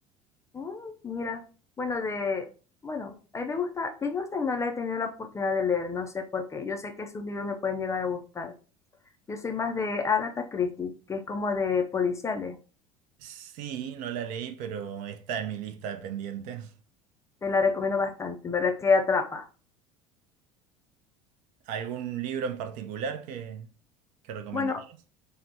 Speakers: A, on the left; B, on the right.
A: Mm, Mira, bueno, de, bueno, a mí me gusta, Jane Austen no la he tenido la oportunidad de leer, no sé por qué, yo sé que sus libros me pueden llegar a gustar. Yo soy más de Agatha Christie, que es como de policiales,
B: Sí, no la leí, pero está en mi lista de pendientes.
A: te la recomiendo bastante, en verdad que atrapa.
B: ¿Algún libro en particular que, que recomendarías?
A: Bueno,